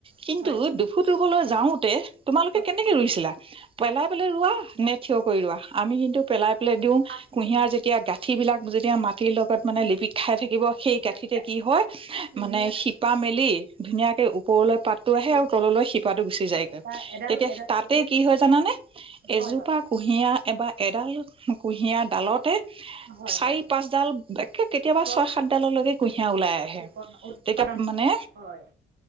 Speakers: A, on the right; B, on the right.
A: কিন্তু,
B: হয় হয়
A: দুফুট ৰুবলৈ যাওঁ শুটে তোমালোকে
B: হয়
A: কেনেকে ৰুইছিলা পেলাই-পেলাই ৰোৱা নে থিয় কৰি ৰোৱা, আমি কিন্তু পেলাই-পেলাই দিওঁ
B: কাটি
A: কুঁহিয়াৰ
B: পেলাই
A: যেতিয়া গাঁঠি বিলাক যেতিয়া মাটিৰ লগত মানে লিপিক খাই থাকিব সেই গাঁঠিতে
B: তাতে
A: কি হয়,
B: কুঁহিয়াৰ
A: মানে শিপা মেলি ধুনীয়াকে ওপৰলৈ পাতটো
B: একো
A: আহে আৰু তললৈ শিপাটো গুচি যায়গৈ।
B: এটা এডাল
A: তেতিয়া
B: এডাল
A: তাতে
B: তেতিয়া
A: কি হয় জানানে এজোপা
B: হয় হয়
A: কুঁহিয়াৰ বা এডাল কুঁহিয়াত তালত তে
B: হয়
A: চাৰি
B: হয়
A: পাঁচডাল একে কেতিয়াবা
B: গছ
A: ছয় সাতডাললৈকে কুঁহিয়া ওলাই আহে।
B: উৎপন্ন উৎপাদন
A: তেতিয়া
B: হয়
A: মানে,
B: হয়